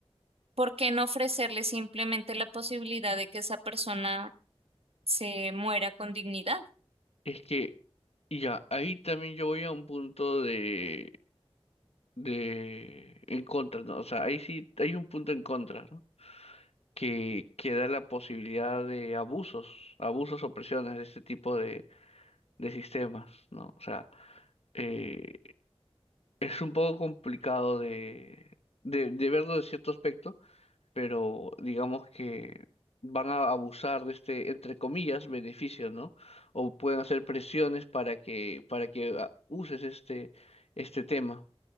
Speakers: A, on the right; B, on the left.
A: ¿Por qué no ofrecerle simplemente la posibilidad de que esa persona se muera con dignidad?
B: es que y ya, ahí también yo voy a un punto de, de en contra, ¿no? O sea, ahí sí hay un punto en contra, ¿no? que, que da la posibilidad de abusos, abusos o presiones de este tipo de, de sistemas, ¿no? O sea, eh, es un poco complicado de, de, de verlo de cierto aspecto, pero digamos que van a abusar de este, entre comillas, beneficio, ¿no? O pueden hacer presiones para que, para que ah, uses este, este tema,